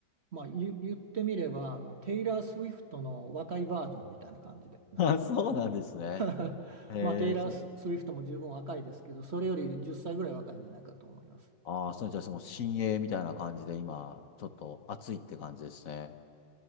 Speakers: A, on the right (about 40°); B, on the left (about 50°).
A: まあ、言言ってみればあのテイラー・スウィフトの若いバージョンみたいな感じでなんですよ。
B: あ、そうなんですね。
A: <laughs>
B: へえ、
A: まあテイラー・
B: そうなんですね。
A: スウィフトも十分若いですけどそれより10歳ぐらい若いんじゃないかと思います。
B: うん。ああ、そう、じゃあその新鋭みたいな感じで今、ちょっと暑いって感じですね。